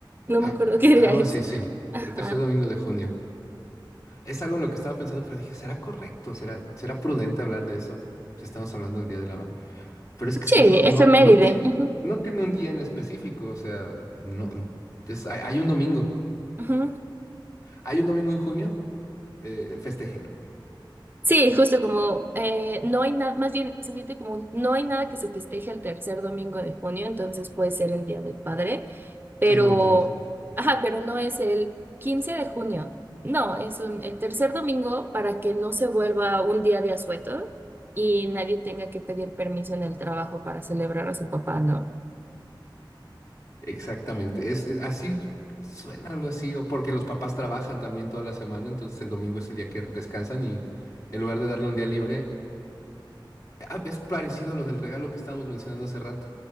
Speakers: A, on the right (about 25°); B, on the left (about 40°).
A: No
B: Ah,
A: me acuerdo <laughs> qué
B: algo
A: día es.
B: así, sí.
A: Ajá.
B: El tercer domingo de junio. Es algo en lo que estaba pensando, pero dije, ¿será correcto? ¿Será, será prudente hablar de eso? Si estamos hablando del Día de la Madre. Pero es que
A: Sí,
B: sí, no, no,
A: efeméride.
B: no tiene,
A: Ujú,
B: no tiene un día en específico. O sea, no, es- hay, hay un domingo.
A: ujú.
B: Hay un domingo en junio, eh, festéjenlo.
A: Sí, justo como eh, no hay nada, más bien se siente como un- no hay nada que se festeje el tercer domingo de junio, entonces puede ser el Día del Padre, pero,
B: O sea, ahí lo metemos.
A: ajá, pero no es el 15 de junio, no, es un, el tercer domingo para que no se vuelva un día de asueto y nadie tenga que pedir permiso en el trabajo para celebrar a su papá, ¿no?
B: Exactamente. Es, es- así suena algo así, o porque los papás trabajan también toda la semana, entonces el domingo es el día que descansan y en lugar de darle un día libre, ah, es parecido a lo del regalo que estábamos mencionando hace rato.